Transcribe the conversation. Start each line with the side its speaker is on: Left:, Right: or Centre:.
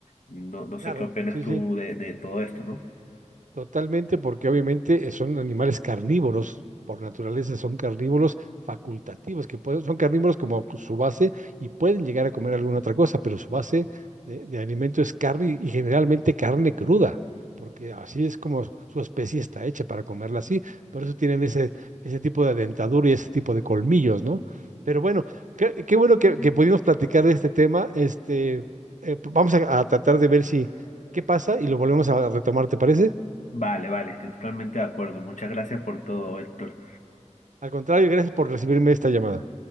Left: No, no sé
Right: Claro.
Left: qué opinas
Right: Sí,
Left: tú
Right: sí.
Left: de, de todo esto, ¿no?
Right: Totalmente, porque obviamente eh, son animales carnívoros, por naturaleza son carnívoros facultativos, que pueden, son carnívoros como su base y pueden llegar a comer alguna otra cosa, pero su base de, de alimento es carne y generalmente carne cruda, porque así es como su especie está hecha para comerla así, por eso tienen ese, ese tipo de dentadura y ese tipo de colmillos, ¿no? Pero bueno, qué, qué bueno que, que pudimos platicar de este tema, este, eh, vamos a, a tratar de ver si, qué pasa y lo volvemos a retomar, ¿te parece?
Left: Vale, vale, estoy totalmente de acuerdo. Muchas gracias por todo, Héctor.
Right: Al contrario, gracias por recibirme esta llamada.